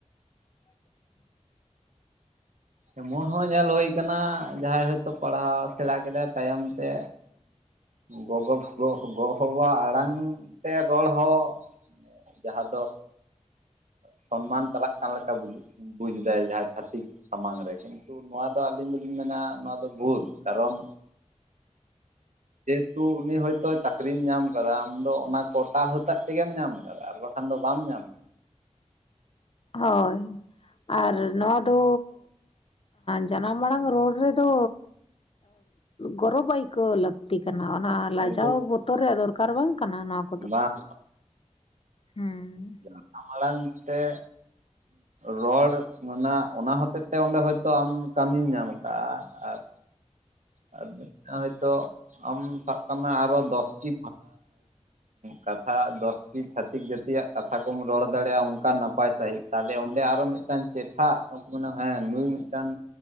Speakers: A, on the left; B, on the right.
A: <inaudible>
B: ᱮᱢᱚᱱ ᱦᱚᱸ ᱧᱮᱞ ᱦᱩᱭ ᱟᱠᱟᱱᱟ ᱡᱟᱦᱟᱸᱭ ᱦᱚᱳᱭᱛᱳ ᱯᱟᱲᱦᱟᱣ ᱥᱮᱬᱟ ᱠᱮᱫᱟᱭ ᱛᱟᱭᱚᱢ ᱛᱮ, ᱜᱚᱜᱚ ᱜᱚ ᱵᱟᱵᱟ ᱟᱲᱟᱝ ᱛᱮ ᱨᱚᱲ ᱦᱚᱸ ᱡᱟᱦᱟᱸ ᱫᱚ, ᱥᱚᱱᱢᱟᱱ ᱪᱟᱞᱟᱜ ᱠᱟᱱ ᱞᱮᱠᱟ ᱵᱩᱡᱫᱟᱭ ᱡᱟᱦᱟᱸᱭ ᱪᱷᱟᱛᱤᱠ ᱥᱟᱢᱟᱝ ᱨᱮ ᱠᱤᱱᱛᱩ ᱱᱚᱣᱟ ᱫᱚ ᱟᱹᱞᱤᱧ ᱫᱚᱞᱤᱧ ᱢᱮᱱᱟ ᱱᱚᱣᱟ ᱫᱚ ᱵᱷᱩᱞ ᱠᱟᱨᱚᱱ ᱪᱮᱫ ᱛᱩ ᱩᱱᱤ ᱦᱚᱭᱛᱳ ᱪᱟᱹᱠᱨᱤᱢ ᱧᱟᱢ ᱟᱠᱟᱫᱟ ᱟᱢ ᱫᱚ ᱚᱱᱟ ᱠᱚᱴᱟ ᱦᱛᱟᱜ ᱛᱮᱜᱮᱢ ᱧᱟᱢ ᱟᱠᱟᱫᱟ ᱟᱨ ᱵᱟᱠᱷᱟᱱ ᱫᱚ ᱵᱟᱢ ᱧᱟᱢ ᱟᱠᱟᱫᱟ
A: ᱦᱳᱭ ᱟᱨ ᱱᱚᱣᱟ ᱫᱚ, ᱡᱟᱱᱟ ᱢᱟᱲᱟᱝ ᱨᱳᱰ ᱨᱮᱫᱚ ᱜᱚᱨᱚᱵ ᱟᱭᱠᱟᱣ ᱞᱟᱠ ᱞᱟᱹᱠᱛᱤ ᱠᱟᱱᱟ ᱚᱱᱟ ᱞᱟᱡᱟᱣ
B: ᱟᱵᱚ
A: ᱵᱚᱛᱚᱨ ᱨᱮᱭᱟᱜ ᱫᱚᱨᱠᱟᱨ ᱵᱟᱝ ᱠᱟᱱᱟ ᱱᱚᱣᱟ ᱠᱚ,
B: ᱵᱟᱝ
A: ᱦᱩᱸ
B: ᱡᱟᱱᱟᱢ ᱟᱲᱟᱝ ᱛᱮ ᱨᱚᱲ ᱨᱮᱱᱟᱜ ᱚᱱᱟ ᱦᱚᱛᱮᱡ ᱛᱮ ᱚᱸᱰᱮ ᱦᱚᱭᱛᱚ ᱟᱢ ᱠᱟᱹᱢᱤᱢ ᱧᱟᱢ ᱟᱠᱟᱜᱼᱟ ᱟᱨ, ᱟᱨ ᱢᱤᱫᱴᱟᱝ ᱦᱳᱭᱛᱳ ᱟᱢ ᱥᱟᱵ ᱠᱟᱜ ᱢᱮ ᱟᱨᱚ ᱫᱚᱥᱴᱤ ᱠᱟᱛᱷᱟ ᱫᱚᱥᱴᱤ ᱪᱷᱟᱛᱤᱠ ᱡᱟᱹᱛᱤᱭᱟᱜ ᱠᱟᱛᱷᱟ ᱠᱚᱢ ᱨᱚᱲ ᱫᱟᱲᱮᱭᱟᱜᱼᱟ ᱚᱱᱠᱟ ᱱᱟᱯᱟᱭ ᱥᱟᱺᱦᱤᱡ ᱛᱟᱦᱚᱞᱮ ᱚᱸᱰᱮ ᱟᱨᱚ ᱢᱤᱫᱴᱟᱝ, ᱢᱤᱫᱴᱟᱝ ᱪᱮᱴᱷᱟ ᱢᱮ ᱦᱮᱸ ᱱᱩᱭ ᱢᱤᱫᱴᱟᱝ